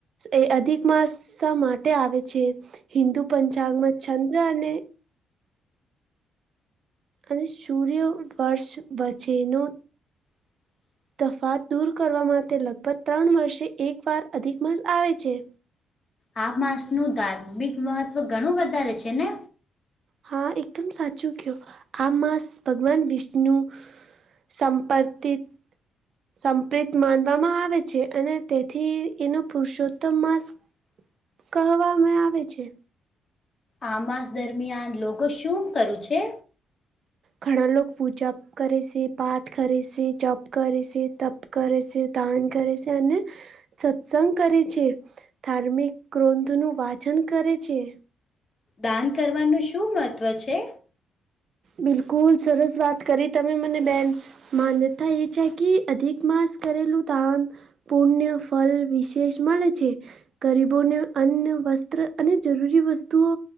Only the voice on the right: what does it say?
એ અધિક માસા માટે આવે છે હિન્દુ પંચાંગમાં ચંદ્ર અને અને સૂર્યવર્ષ વચેનો
તફાત દૂર કરવા માટે લગભગ ત્રણ વર્ષે એક વાર અધિક માસ આવે છે.
હા એકદમ સાચું કયો આ માસ ભગવાન વિષ્ણુ સંપર્તિત સંપિત માનવામાં આવે છે અને તેથી એનો પુરુષોત્તમ માસ
કહવામે આવેે છે.
ઘણા લોક પૂજા કરે સે, પાટ કરી સે, જપ કરી સે, તપ કરે સે, દાન કરે સે અને સત્સંગ કરે છે, ધાર્મિક ગ્રંથનું વાચન કરે છે.
બિલકુલ સરસ વાત કરી તમે મને બેન માન્યતા એ છે કે અધિક માસ કરેલું દાન પુણ્ય ફલ વિશેષ મળે છે. ગરીબોને અન્ન વસ્ત્ર અને જરૂરી વસ્તુઓ